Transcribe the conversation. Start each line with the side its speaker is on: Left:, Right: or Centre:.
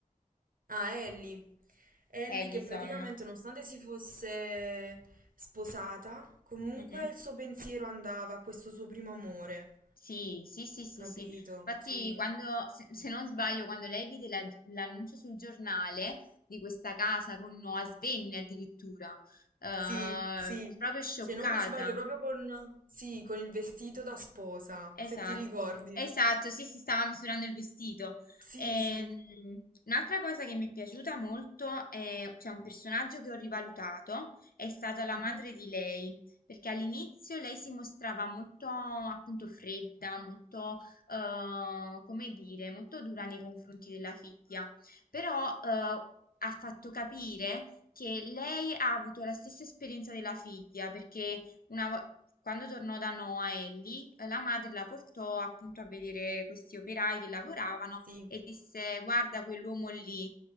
Right: Ah, Ellie. Ellie
Left: Ellison.
Right: che praticamente nonostante si fosse sposata, comunque
Left: Mhm.
Right: il suo pensiero andava a questo suo primo amore,
Left: Sì, sì, sì, sì,
Right: capito?
Left: sì. Infatti,
Right: Sì,
Left: quando, se, se non sbaglio, quando lei vide la- l'annuncio sul giornale di questa casa con Noah Svenne addirittura, eh,
Right: sì, sì.
Left: proprio scioccata.
Right: Se non mi sbaglio, proprio con, sì, con il vestito da sposa,
Left: Esatto,
Right: se ti ricordi.
Left: esatto, sì, si stava misurando il vestito.
Right: Sì,
Left: Ehm,
Right: sì.
Left: un'altra cosa che mi è piaciuta molto è, cioè un personaggio che ho rivalutato, è stata la
Right: Mhm.
Left: madre di lei, perché all'inizio lei si mostrava molto appunto fredda, molto, eh, come dire, molto dura nei confronti della figlia, però eh, ha fatto capire che lei ha avuto la stessa esperienza della figlia, perché una vo- quando tornò da Noa Ellie, eh, la madre la portò appunto a vedere questi operai che lavoravano
Right: Sì.
Left: e disse: Guarda quell'uomo lì.